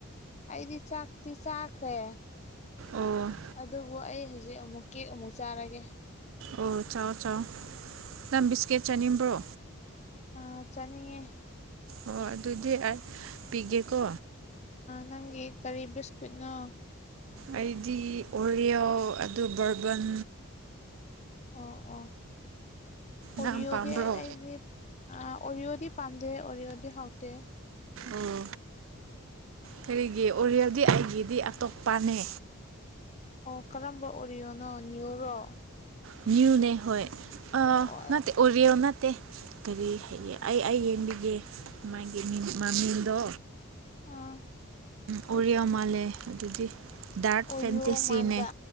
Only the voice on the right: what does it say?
ꯑꯣ
ꯑꯣ ꯆꯥꯎ ꯆꯥꯎ ꯅꯪ ꯕꯤꯁꯀꯦꯠ ꯆꯥꯅꯤꯡꯕ꯭ꯔꯣ
ꯑꯣ ꯑꯗꯨꯗꯤ ꯄꯤꯒꯦꯀꯣ
ꯑꯩꯗꯤ ꯑꯣꯔꯤꯌꯣ ꯑꯗꯨ ꯕꯔꯕꯟ
ꯅꯪ
ꯄꯥꯝꯕ꯭ꯔꯣ
ꯑꯣ ꯀꯔꯤꯒꯤ ꯑꯣꯔꯦꯜꯗꯤ ꯑꯩꯒꯤꯗꯤ ꯑꯇꯣꯞꯄꯅꯦ
ꯃꯤꯅꯤꯌꯨꯅꯦ ꯍ ꯑ
ꯅꯦ ꯑꯣꯔꯤꯅ ꯅꯠꯇꯦ ꯀꯔꯤ ꯍꯥꯏꯒ ꯑꯩ ꯑꯩ ꯌꯦꯡꯕꯤꯒꯦ ꯃꯥꯒꯤ ꯃꯃꯤꯗꯣ
ꯑꯣꯔꯤꯌꯥ ꯃꯥꯂꯦ ꯑꯗꯨꯗꯤ ꯗꯥꯔꯛ
ꯐꯦꯟꯇꯦꯁꯤꯅꯦ